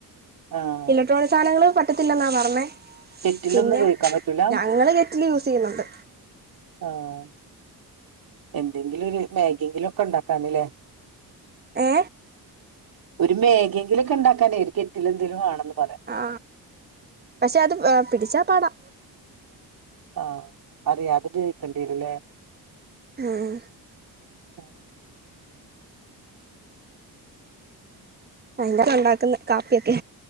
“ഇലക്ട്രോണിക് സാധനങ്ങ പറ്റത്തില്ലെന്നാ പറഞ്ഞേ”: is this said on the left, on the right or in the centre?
Right